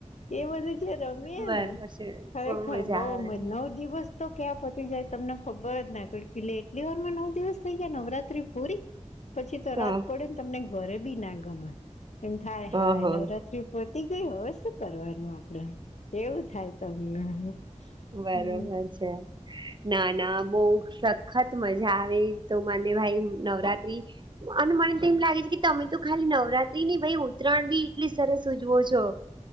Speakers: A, on the left; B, on the right.
A: એ બધું જે રમીયએ
B: બરોબર
A: ને
B: છે
A: ખરેખર
B: બહુ મજા
A: બઉુ
B: આવે
A: મજ
B: હ
A: નવ દિવસ તો ક્યાં પતી જાય તમને ખબર જ ના પડ કેલે એટલી વાર માં નવ દિવસ થઈ ગયા નવરાત્રી પૂરી પછી તો
B: હ
A: રાત પડે ને તમને ઘરે બી ના ગમે. એમ થાય
B: હ હ
A: હાય નવરાત્રી પહતી ગઈ હવે શું કરવાનું આપડે. એવું થાય તમને હમ.
B: બરોબર છે. ના ના બહ સખત મજા આવે તો મને ભાઈ નવરાત્રી અને મને તો એમ લાગે છે કે તમે તો ખાલી નવરાત્રી ની ભાઈ ઉત્તરાયણ બી એટલી સરસ ઉજવો છો.